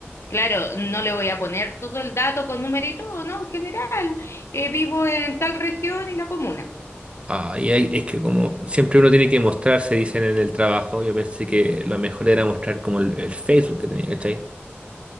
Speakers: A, on the left (about 75°); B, on the right (about 25°).
A: Claro, no le voy a poner todo el dato con número y todo, ¿no? En general, eh, vivo en tal región y la comuna.
B: ay, ay, es que como siempre uno tiene que mostrarse, dicen en el trabajo. Yo pensé que lo mejor era mostrar como el, el Facebook que tenía, ¿cachai?